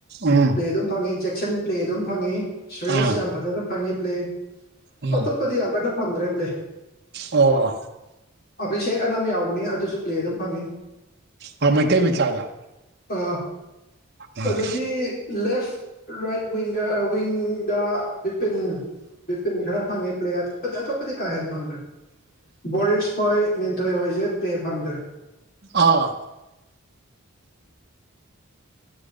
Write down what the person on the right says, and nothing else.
ꯎꯝ
ꯑꯥ
ꯎꯝ
ꯑꯣ
ꯑ ꯃꯩꯇꯩ ꯃꯆꯥꯗ
ꯎꯝ
ꯑꯥ